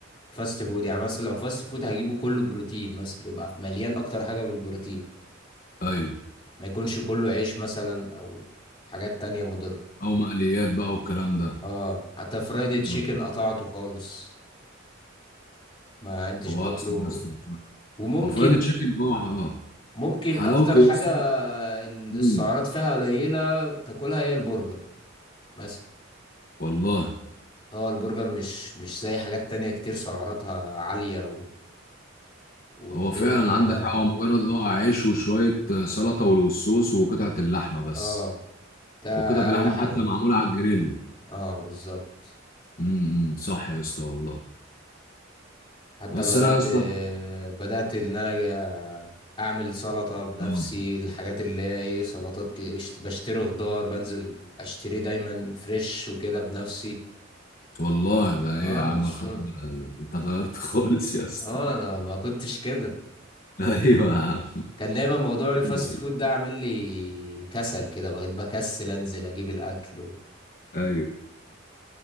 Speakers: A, on the left; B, on the left.
A: فاست فود يعني مثلا لو فاست فود هجيبه كله بروتين مثلا يبقى مليان اكتر حاجة بالبروتين
B: ايوه
A: ما يكونش كله عيش مثلا او حاجات تانية مضرة
B: او مقليات بقى والكلام ده
A: اه حتى فرايدي تشيكن
B: آه.
A: قطعته خالص ما كنتش
B: هو
A: باكله
B: احسن يا اسطى
A: وممكن
B: هو فرايد تشيكن هو اه
A: ممكن
B: حلاوته
A: اكتر حاجة
B: يا اسطى
A: السعرات
B: امم
A: فيها قليلة تاكلها هي البرجر مثلا
B: والله
A: اه البرجر مش مش زي حاجات تانية كتير سعراتها عالية و... والدنيا
B: هو فعلا
A: بتبقى
B: عندك حق هو مجرد اه عيش وشويه آه، سلطه والصوص وقطعه اللحمه بس
A: اه ده
B: وقطعه اللحمه
A: اقل حاجة
B: حتى
A: ممكن
B: معموله
A: تاكلها
B: على الجريل
A: اه بالظبط
B: امم صح يا اسطى والله
A: حتى
B: بس
A: بدأت
B: انا يا اسطى
A: بدأت إن أنا أعمل سلطة بنفسي
B: اه
A: الحاجات اللي هي إيه سلطات كده بشت- بشتري خضار بنزل أشتري دايما فريش وكده بنفسي
B: والله ده ايه
A: اه
B: يا عم
A: من السوق
B: الخطوه ده؟ انت اتغيرت <laughs> خالص يا اسطى
A: اه أنا ما كنتش كده
B: <laughs> ايوه يا عم
A: كان دايما موضوع الفاست
B: حلو والله.
A: فود ده عامل لي كسل كده بقيت بكسل أنزل أجيب الأكل و...
B: ايوه